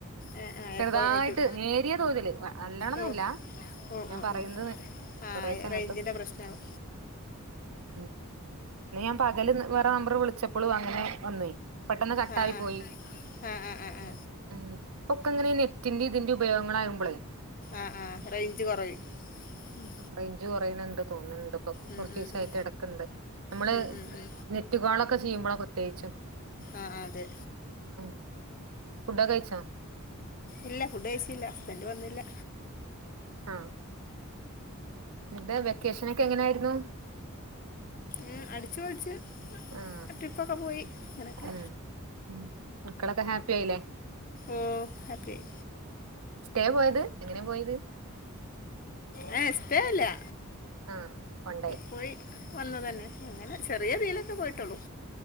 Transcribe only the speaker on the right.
ചെറ്തായ്ട്ട്
നേരിയ തോതില് വ നല്ലോണാെന്നുല്ലാ
ഞാൻ
പറയുന്നത്
കൊറേശെ അങ്ങെട്ടും
ഉം ഉം അത് ഞാൻ പകെല് വേറെ നമ്പെറ് വിളിച്ചപ്പളും അങ്ങെനെ വന്നേ പെട്ടെന്ന് കട്ടായി
പോയി
ആഹ് ഇപ്പൊക്കെങ്ങെനെ നെറ്റിന്റിം തിന്റിം ഉപയോഗങ്ങളാകുമ്പളേ
റെയ്ഞ്ച് കൊറയ്ണ്‌ണ്ട് തോന്ന്ൺണ്ട്പ്പാെ കൊ
കൊർച്ചീസായ്ട്ട്
എടെക്ക്ണ്ട് നമ്മെള്
നെറ്റ് കോളൊക്കെ ചെയ്യുമ്പളാ പ്രത്യേകിച്ചും
ആഹ് ഫുഡ്ഡാെക്കെ കഴിച്ചോ
ആഹ് എന്താ വെക്കേഷനൊക്കെ എങ്ങനായ്ര്ന്നു
ആഹ്
ഉം ഉം മക്കളൊക്കെ ഹാപ്പി ആയിലേ
സ്‌റ്റേ പോയെത് എങ്ങെനെ പോയെത്
ആഹ് വൺ ഡേ